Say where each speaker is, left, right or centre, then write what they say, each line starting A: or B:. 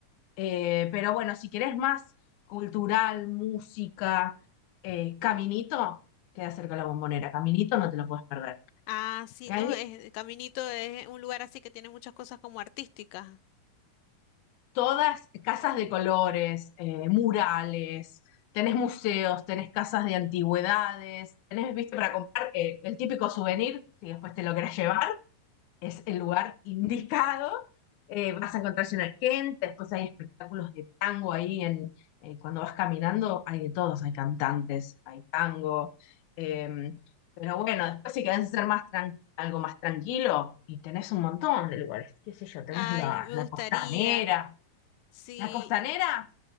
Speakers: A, on the left; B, on the left.
A: Eh, pero bueno, si querés más cultural, música, eh, caminito, queda cerca de la bombonera. Caminito no te lo puedes perder.
B: Ah, sí,
A: Cami-
B: ¿no? Es, Caminito es un lugar así que tiene muchas cosas como artísticas.
A: todas casas de colores, eh, murales, tenés museos, tenés casas de antigüedades, tenés, viste, para comprar eh, el típico souvenir, si después te lo querés llevar, es el lugar indicado. Eh, vas a encontrarse una gente, después hay espectáculos de tango ahí en, eh, cuando vas caminando, hay de todos, hay cantantes, hay tango. eh, pero bueno, después si querés ser más tran- algo más tranquilo, y tenés un montón de lugares, qué sé yo, tenés
B: Ay,
A: la,
B: me
A: la
B: gustaría.
A: costanera,
B: Sí,
A: la costanera,